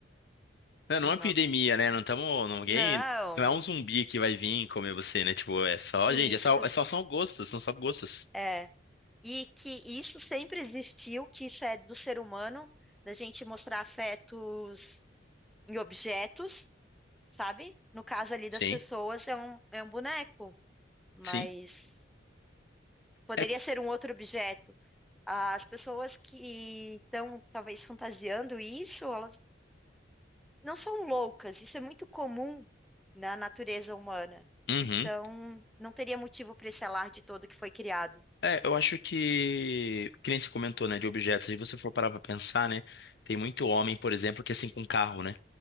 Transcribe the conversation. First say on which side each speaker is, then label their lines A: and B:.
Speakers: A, on the left (about 60°); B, in the centre.
A: Não,
B: uma.
A: não é uma epidemia, né? Não estamos. Ninguém.
B: Não,
A: Não é um zumbi que vai vir comer você, né? Tipo, é só,
B: isso
A: gente, é só, é só são gostos, são só gostos.
B: é. E que isso sempre existiu, que isso é do ser humano, da gente mostrar afetos em objetos, sabe? No caso ali
A: Sim,
B: das pessoas, é um, é um boneco, mas
A: sim.
B: poderia
A: É,
B: ser um outro objeto. As pessoas que estão talvez fantasiando isso, elas não são loucas, isso é muito comum na natureza humana.
A: uhum.
B: Então, não teria motivo para esse alarde todo que foi criado.
A: É, eu acho que, que nem se comentou, né, de objetos, se você for parar pra pensar, né, tem muito homem, por exemplo, que é assim com carro, né,